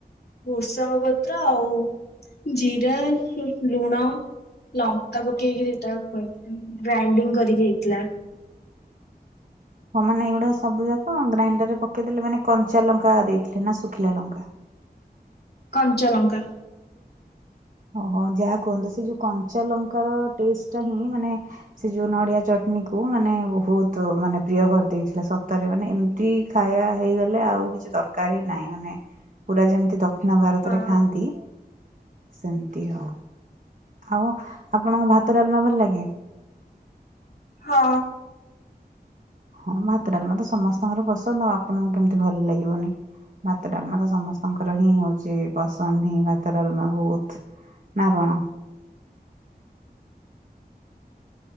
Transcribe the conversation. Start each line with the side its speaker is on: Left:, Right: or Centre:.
Left: ଭୋଷମ ପତ୍ର ଆଉ ଜିରା ଲୁଣ ଲଙ୍କା ପକେଇକି ସେଟା ଗ୍ରାଇଣ୍ଡିଙ୍ଗ କରିକି ହେଇଥିଲା
Right: ହଁ ମାନେ ଏଇଗୁଡା ସବୁ ଯାକ ଗ୍ରାଇଣ୍ଡ ପକେଇଦେଲେ ମାନେ କଞ୍ଚା ଲଙ୍କା ଦେଇଥିଲେ ନା ଶୁଖିଲା ଲଙ୍କା
Left: କଞ୍ଚଲଙ୍କା
Right: ଓହୋ ଯାହା କୁହନ୍ତୁ ସେ ଯୋଉ କଞ୍ଚା ଲଙ୍କାର ଟେଷ୍ଟ ଟା ହିଁ ମାନେ ସେ ଯୋଉ ନଡିଆ ଚଟନୀ କ ମାନେ ବହୁତ ମାନେ ପ୍ରିୟ କରିଦେଇଥିଲା ସତରେ ମାନେ ଏମତି ଖାଇବା ହେଇଗଲେ ଆଉ କିଛି ଦରକାର ହି ନାହିଁ ମାନେ ପୁରା ଯେମିତି ଦକ୍ଷିଣ ଭାରତରେ
Left: ହଁ
Right: ଖାଆନ୍ତି। ସେମତି ହ ଆଉ ଆପଣଙ୍କ ଭାତ ଡାଲନା ଭଲ ଲାଗେ
Left: ହଁ,
Right: ହଁ ଭାତ ଡାଲମା ତ ସମସ୍ତଙ୍କର ପସନ୍ଦ ଆଉ ଆପଣଙ୍କୁ କେମିତି ଭଲ ଲାଗିବନି ଭାତ ଡାଲମା ତ ସମସ୍ତଙ୍କର ହିଁ ହଉଛି ପସନ୍ଦ ହିଁ ଭାତ ଡାଲମା ବହୁତ ନା କଣ